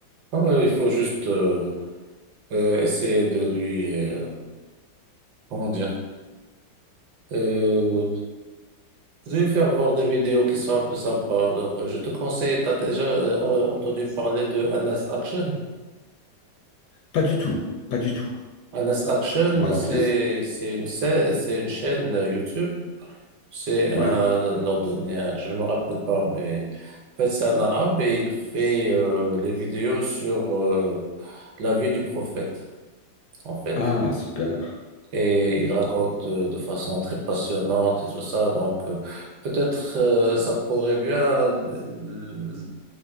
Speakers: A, on the right; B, on the left.
A: Ah ouais, il faut juste euh, euh, essayer de lui, euh, comment dire, euh, de lui faire voir des vidéos qui sont un peu sympas. Donc, euh, je te conseille, tu as déjà euh, entendu parler de Anas Action?
B: Pas du tout, pas du tout,
A: Honest Action,
B: il m'en
A: c'est
B: plus.
A: c'est une sa- c'est une chaîne YouTube. C'est
B: Ouais.
A: un Nordonien, je ne me rappelle pas, mais en fait c'est un arabe et il fait euh, les vidéos sur euh, la vie du prophète, en fait.
B: Ah, super.
A: Et il raconte euh, de façon très passionnante et tout ça. Donc euh, peut-être euh, ça pourrait bien euh,